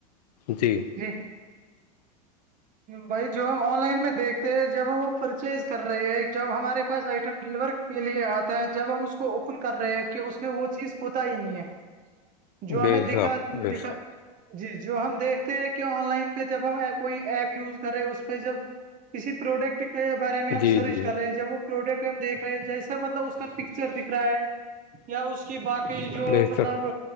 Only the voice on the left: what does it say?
جی
بے
حساب
بے
حساب
جی
جی
بے
شک